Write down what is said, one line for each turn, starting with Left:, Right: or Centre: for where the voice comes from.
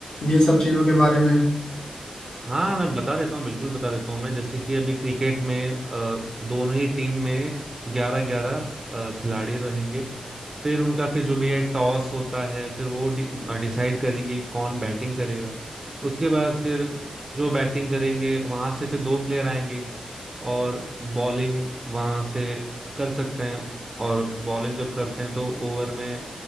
Left: ये सब चीजों के बारे में
Right: हाँ मैं बता देता हूँ बिल्कुल बता देता हूँ मैं जैसे कि अभी क्रिकेट में अ, दोनों ही टीम में ग्यारह ग्यारह खिलाड़ी रहेंगे फिर उनका फिर जो भी है टॉस होता है फिर वो डिसाइड करेंगे कि कौन बैटिंग करेगा उसके बाद फिर जो बैटिंग करेंगे वहां से फिर दो प्लेयर आएंगे और बॉलिंग वहां से कर सकते हैं और बॉलिंग जब करते हैं तो ओवर में